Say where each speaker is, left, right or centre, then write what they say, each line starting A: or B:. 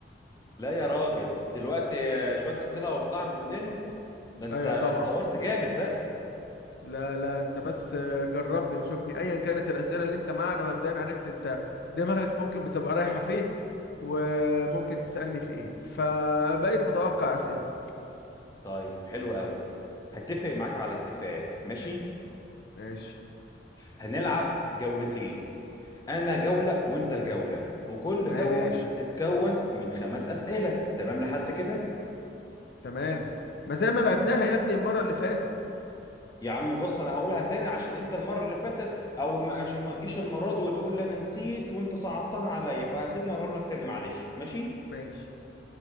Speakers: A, on the left (about 20°); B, on the left (about 60°).
A: لا يا راجل دلوقتي آه، شوية أسئلة واطلع من وداني ده أنت
B: ايوه
A: اتطورت
B: طبعا
A: جامد بقى
B: لا لا انت بس جربني وشوفني ايا كانت الاسئلة اللي انت معاها انا مبدئيا عرفت انت دماغك ممكن بتبقى رايحة فين وممكن تسألني في ايه فبقيت متوقع اسئلتك
A: طيب حلو قوي هتفق معاك على اتفاق ماشي
B: ماشي
A: هنلعب جولتين أنا جولة وأنت جولة وكل
B: ماشي
A: جولة هتتكون من خمس أسئلة تمام لحد كده
B: تمام ما زي ما لعبناها يا ابني المرة اللي فاتت
A: يا عم بص انا هقولها تاني عشان انت المره اللي فاتت او ما عشان ما تجيش المره دي وتقول لي انا نسيت وانت صعبتها عليا فسيبني اقولها لك تاني معلش ماشي
B: ماشي